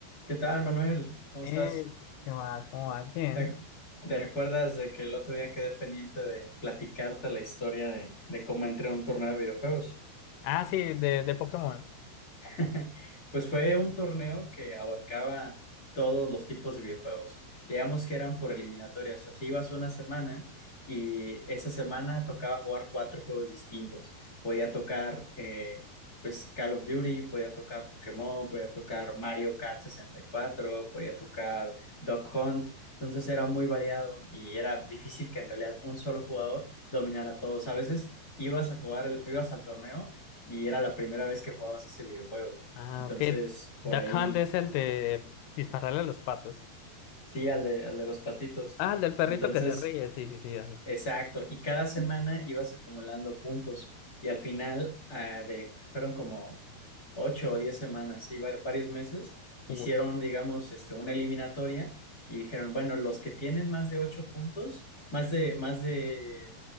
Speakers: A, on the left; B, on the left.
A: ¿Qué tal, Manuel? ¿Cómo
B: Eh,
A: estás?
B: ¿qué más? ¿Cómo vas? Bien.
A: ¿Te, ac- te acuerdas de que el otro día quedé pendiente de platicarte la historia de, de cómo entré a un torneo de videojuegos?
B: Ah, sí, de, de Pokémon.
A: <laughs> Pues fue un torneo que abarcaba todos los tipos de videojuegos. Digamos que eran por eliminatorias. Así ibas una semana y esa semana tocaba jugar cuatro juegos distintos. Podía tocar eh, pues Call of Duty, podía tocar Pokémon, podía tocar Mario Kart sesenta y cuatro, podía tocar Duck Hunt. Entonces era muy variado y era difícil que en realidad un solo jugador dominara a todos. A veces ibas a jugar, el- ibas al torneo y era la primera vez que jugabas ese videojuego.
B: Ah,
A: Entonces,
B: ok.
A: por
B: Duck
A: ahí,
B: Hunt es el de dispararle a los patos.
A: sí, al de, al de los patitos.
B: Ah, el del perrito
A: Entonces,
B: que se ríe. Sí, sí, sí, dale.
A: exacto. Y cada semana ibas acumulando puntos. Y al final, ah, de, fueron como ocho o diez semanas, sí, va- varios meses, hicieron,
B: Uy,
A: digamos, este, una eliminatoria y dijeron, bueno, los que tienen más de ocho puntos, más de, más de,